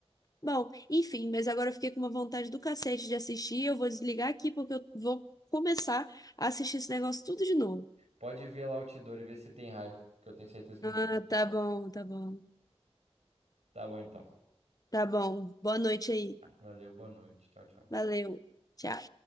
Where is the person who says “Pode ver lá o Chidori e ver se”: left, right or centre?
Right